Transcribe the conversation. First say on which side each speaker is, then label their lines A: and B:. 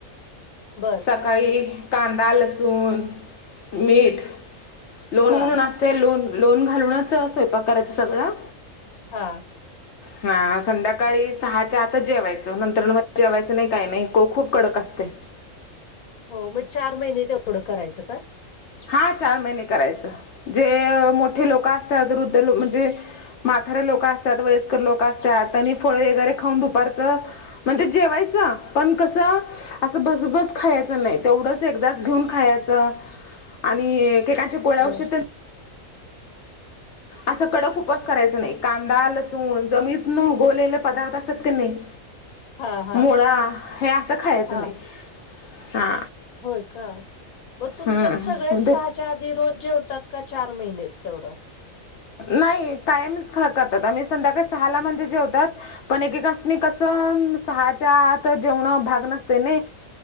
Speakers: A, on the left; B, on the left.
A: बरं!
B: सकाळी कांदा, लसूण, मीठ लोणी
A: हा
B: म्हणून असत. ते लोन -लोन घालूनच स्वयंपाक करायचं सगळं.
A: हा.
B: हा संध्याकाळी सहाच्या आतच जेवायचं नंतर जेवायचं नाही काही नाही खूप कडक असते.
A: हो मग चार महिने तेवढं करायचं का?
B: हा चार महिने करायचं जे मोठे लोक असतात, वृद्ध लोक म्हणजे म्हतारे लोकं असतात, वयस्कर लोक असतात, त्यांनी फळे वगैरे खाऊन दुपारचं म्हणजे जेवायचं पण कसं असं बसबस खायचं नाही तेवढंच एकदाच घेऊन खायचं. आणि एके एकाच गोळ्या
A: बरोबर
B: औषध तेन असा कडक उपवास करायचा नाही कांदा लसूण जमीतून उघवलेले पदार्थ असत की नाही.
A: <inaudible> हा
B: मुळा हे असं खायचं
A: हा
B: नाही हा.
A: होय का, मग तुमच्यात
B: हम्म
A: सगळे
B: म्हणजे
A: सात च्या आधी रोज जेवतात की चार महिनेच तेवढं.
B: नाही कायमच खातात आम्ही संध्याकाळी सहाला म्हणजे जेवतात. पण एकेकासनी कसं सहाच्या आत जेवण भाग नसते नाही.